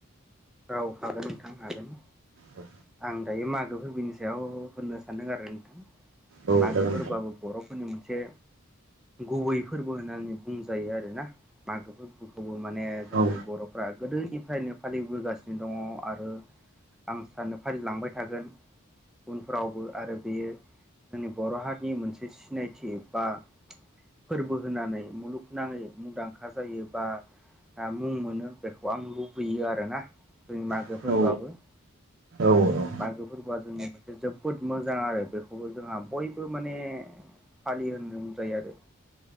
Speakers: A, in the centre; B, on the right.
A: औ हागोन नोंथां हागोन
B: औ
A: आं दायो मागो फोरबोनि सायाव होननो सानदों आरो नोंथां।
B: औ
A: मागोफोरआबो
B: जागोन
A: बर'फोरनि मोन से गुबै फोरबो होननानै बुंजायो आरो ना? मागो फोरखौबो माने
B: नोंथां
A: जोंनि
B: औ
A: बर'फोरा फ्रा गोदोनिफ्रायनो फालिबोगासिनो दङ' आरो आं रानो फालि लांबाय थागोन। उनफ्रावबो आरो बेयो जोंनि बर' हारिनि मोनसे सिनायथि बा फोरबो होनानै मुलुगनाङै मुंदांखा जायो बा ओ मुं मोनो बेखौ आं लुबैयो आरोना जों मागोफोरबोआबो।
B: औ औ
A: मागो फोरबोआ जोंनि मोनसे जोबोद मोजां आरो बेखौबो जोंहा बयबो माने फालियो होन जायो आरो।